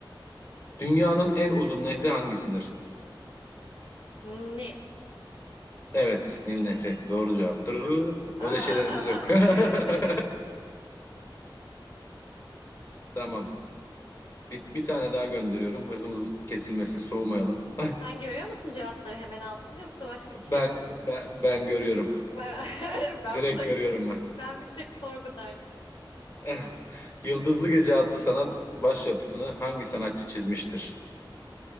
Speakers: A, on the left; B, on the left.
A: Dünyanın en uzun nehri hangisidir?
B: Nil.
A: Evet, Nil Nehri. Doğru cevaptır.
B: Aa!
A: Öyle şeylerimiz yok.
B: <laughs>
A: <laughs> Tamam. Bir, bir tane daha gönderiyorum. Hızımız kesilmesin, soğumayalım. <laughs>
B: Sen görüyor musun cevapları hemen altında yoksa başka bir şeye
A: Ben,
B: basıyor musun?
A: ben ben görüyorum.
B: <laughs> Ben
A: Direkt
B: bir tek
A: görüyorum ben.
B: ben bir tek sorgudaymış.
A: <laughs> Yıldızlı Gece adlı sanat başyapıtını hangi sanatçı çizmiştir?